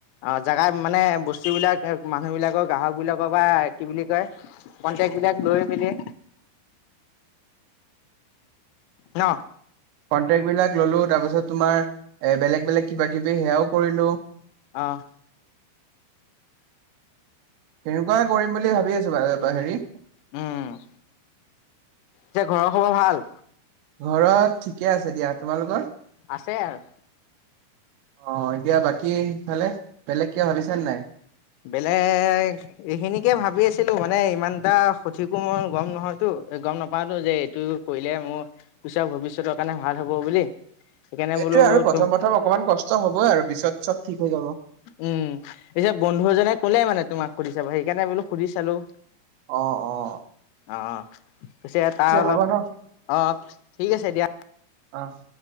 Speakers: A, on the left; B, on the right.
A: অঁ জেগা মানে বস্তুবিলাক মানুহবিলাকৰ। গ্ৰাহকবিলাকৰ বা কি বুলি কয় কণ্টেক্ট। বিলাক লৈ মেলি, ন
B: কন্টেক্টবিলাক ললো তাৰপাছত তোমাৰ এ বেলেগ বেলেগ কিবা কিবি সেয়াও কৰিলো।
A: আহ
B: তেনেকুৱাই কৰিম বুলি ভাবি আছো বাৰু। এ হেৰি,,
A: উম যে ঘৰৰ খবৰ ভাল।
B: ঘৰত ঠিকে আছে দিয়া, তোমালোকৰ?
A: আছে আৰু
B: অঁ এতিয়া বাকীফালে বেলেগ কে ভাবিছানে নাই!
A: বেলেগ এইখিনিকে ভাবি আছিলো মানে ইমানটা সঠিকো মই গম নহয়তো। গম নাপাওতো যে এইটো কৰিলে মোৰ পিচৰ ভৱিষ্যতৰ কাৰণে ভাল হ'ব বুলি। সেইকাৰণে
B: সেইটোৱে
A: বোলো
B: আৰু প্ৰথম
A: তুম
B: প্ৰথম অকমান কষ্ট হ'বই আৰু পিছত চব ঠিক হৈ যাব।
A: উম পিছে বন্ধু এজনে কলেই মানে তোমাক সুধি চাব সেইকাৰণে বোলো সুধি চালো।
B: অহ', অহ'।
A: অঁ পিছে তাৰ অলপ
B: হ'ব ন
A: অঁহ ঠিক আছে দিয়া।
B: অঁ।